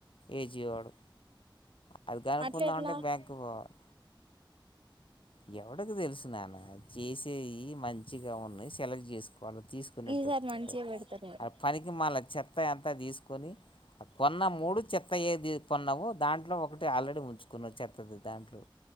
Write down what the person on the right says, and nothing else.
అట్ల ఎట్లా
ఈసారి మంచిగా
పెడతలేరు